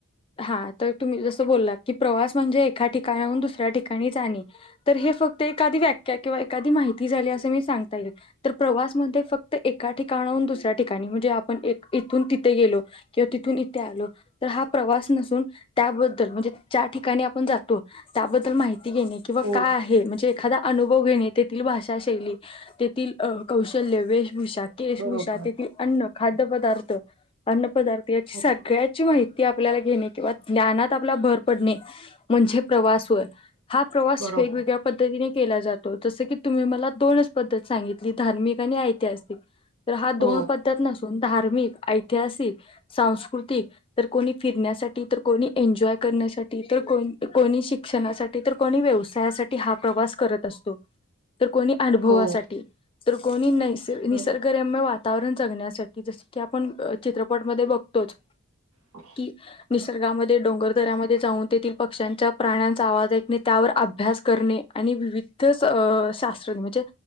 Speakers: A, on the left (about 25°); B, on the right (about 70°).
A: हा तुम्ही जस बोला की प्रवास म्हणजे एका ठिकाणाहून दुसऱ्या ठिकाणी जाणे फक्त एकादी व्याख्या किंवा एखादी माहिती झाली अस मी सांगता येईल प्रवास फक्त एका ठिका ून दुसऱ्या ठिकाणी म्हणजे आपण इथून तिथे गेलो किंवा तिथून इथे आलो तर हा प्रवास नसून त्याबद्दल म्हणजे त्या ठिकाणी आपण जातो त्याबद्दल माहि ेणे किंवा
B: हो
A: काय आहे म्हणजे एखादा अनुभव घेणे तेथील भाषा शैली तेथील कौशल्य वेशभूषा केशभूषा
B: बरोबर
A: तेथील अन्न खाद्य पदार्थ अन्न पदार्थ याची
B: हो
A: सगळ्याची माहिती आपल्याला घेणे किंवा ज्ञानात आपल्याला भर पडणे म्हणजे प्रवास वय हा प्रवास
B: बरोबर
A: वेगवेगळ्या पद्धतीने केला जातो जस की तुम्ही मला दोनच पद्धत सांगितली धार्मिक आणि ऐतिहासिक तर हा दोन
B: हो
A: पद्धती नसून धार्मिक ऐतिहासिक सांस्कृतिक तर कोणी फिरण्यासाठी तर कोणी एन्जॉय करण्यासाठी तर कोणी शिक्षणासाठी तर कोणी व व्यवसायासाठी हा प्रवास करत असतो तर कोणी अनुभवासाठी
B: हो.
A: तर कोणी नैस निसर्गरम्य
B: अ
A: वा वातावरण जगण्यासाठी जस की आपण चित्रपटमध्ये बघतोच
B: ह
A: कि निसर्गामध्ये डोंगरदऱमध्ये जाऊन तेथील पक्ष्यांच्या प्राण्यांचा आवाज ऐकणे त्यावर अभ्यास कर आणि विविध शास्त्रज्ञ म्हणजे